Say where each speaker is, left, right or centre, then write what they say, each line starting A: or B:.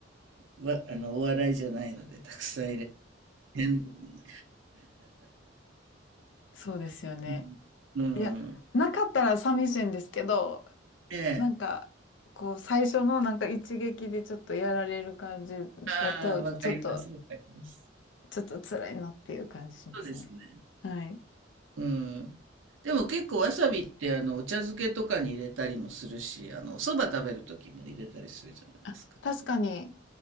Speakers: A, on the right; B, on the left.
A: わ、あの、お笑いじゃないので、たくさん入れて。<laughs> 変なことに
B: そうですよね。
A: <laughs> うん。うん。
B: いや、なかったら寂しいんですけど、
A: ええ。
B: なんか、こう、最初のなんか一撃でちょっとやられる感じだと、
A: ああ、わかります、
B: ちょっと、
A: わかります。
B: ちょっと辛いなっていう感じしますね。
A: そうですね。
B: はい。
A: うん。でも結構わさびってあのお茶漬けとかに入れたりもするし、あのお蕎麦食べる時も入れたりするじゃないですか。
B: あ、確かに、